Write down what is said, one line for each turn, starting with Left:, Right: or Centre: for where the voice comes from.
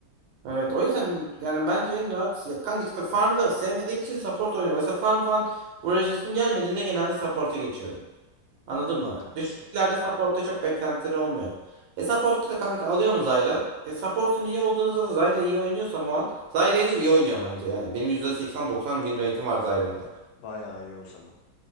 Right: Evet o yüzden yani bence en rahat ya kanka işte farmda sevmediğim için support oynuyorum. Mesela farm falan uğraşasım gelmediğinde genelde support'a geçiyorum. Anladın
Left: En mantıklısı.
Right: mı? Düşüklerde supportta çok beklentileri olmuyor. E supportta da kanka alıyor mu Zyra? E supportun iyi olduğunuzda da Zyra iyi oynuyorsam o an Zyra'yı da iyi oynuyor bence. Yani benim %80-90 win rate'im var Zyra'yla.
Left: Bayağı iyi o zaman.